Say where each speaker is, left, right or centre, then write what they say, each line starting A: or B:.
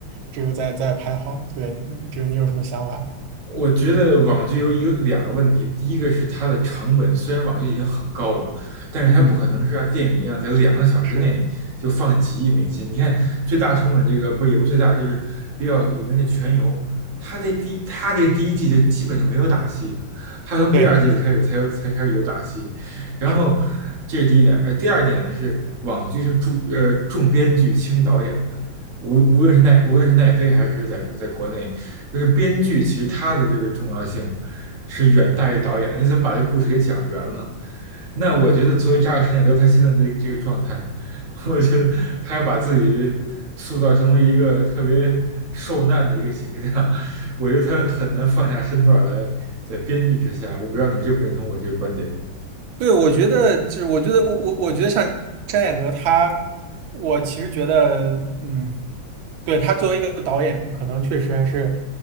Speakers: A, on the right; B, on the right.
A: 这个再再拍好。对，嗯就是你有什么想法？
B: 我觉得网剧有一个两个问题，第一个是它的成本，虽然网剧已经很高了，但是它不可能是像电影一样在两个小时内就放几亿美金。
A: 嗯，是的，
B: 你看最大成本这个不也不最大，就是比较有名的《全游》，它这第它这个第一季就基本就没有打戏，它从第二季开始才有才开始有打戏。
A: 对。
B: 然后这是第一点，
A: 是的。
B: 呃，第二点呢是网剧是重呃重编剧轻导演，的。无无论是奈无论是奈飞还是在国在国内，就是编剧其实他的这个重要性是远大于导演的。你怎么把这故事给讲圆了？那我觉得作为扎克施耐德他现在的这个状态，我觉得他要把自己塑造成为一个特别受难的一个形象，<laughs> 我觉得他很难放下身段来在编剧之下。我不知道你认不认同我这个观点？
A: 对，我觉得就是，我觉得我我我觉得像山野德他，我其实觉得，嗯，对，他作为一个导演，可能确实还是